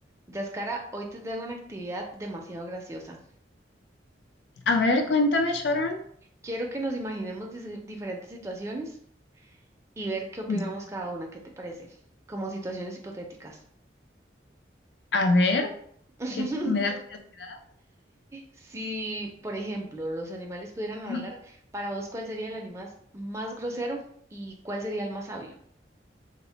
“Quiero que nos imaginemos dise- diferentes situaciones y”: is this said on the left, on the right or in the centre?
Right